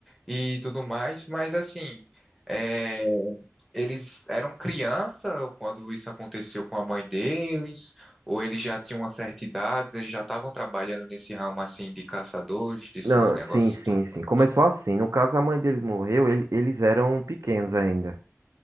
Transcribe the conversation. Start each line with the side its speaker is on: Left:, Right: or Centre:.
Centre: e tudo mais, mas assim, é, eles eram criança quando isso aconteceu com a mãe deles, ou eles já tinham uma certa idade, eles já estavam trabalhando nesse ramo assim de caçadores, desses
Right: Não,
Centre: negócios
Right: sim, sim,
Centre: e tudo
Right: sim.
Centre: mais.
Right: Começou assim. No caso, a mãe deles morreu, ele- eles eram pequenos ainda,